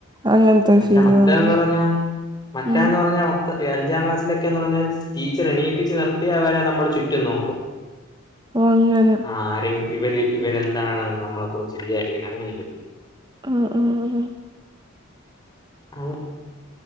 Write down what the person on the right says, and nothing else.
അങ്ങനത്തെ ഒരു
ഫീല്
വന്നു
ഉം
ഓങ്ങനെ
ആഹ് ആ